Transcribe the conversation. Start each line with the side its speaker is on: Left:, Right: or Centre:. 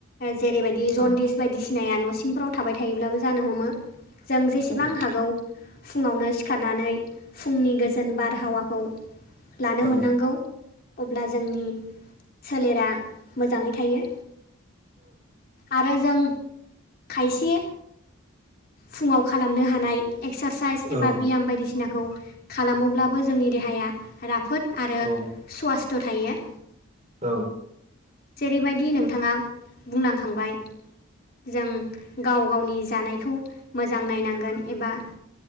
Left: जेरैबायदि जनदिस
Right: औ औ
Left: बायदिसिनाया न'सिंफ्राव थाबाय थायोब्लाबो जानो हमो जों जेसेबां
Right: औ औ
Left: हागौ फुङावनो सिखारनानै फुंनि गोजोन बारहावाखौ लानो
Right: औ
Left: मोननांगौ अब्ला जोंनि सोलेरा मोजाङै थायो आरो जों खायसे फुङाव खालामनो हानाय एक्सारसाइस एबा
Right: औ
Left: बियाम बायदिसिनाखौ खालामोब्लाबो जोंनि देहाया राफोद आरो
Right: औ
Left: स्वासथ' थायो
Right: औ
Left: जेरैबायदि नोंथाङा बुंलांखांबाय जों गाव गावनि जानायखौ मोजां नायनांगोन एबा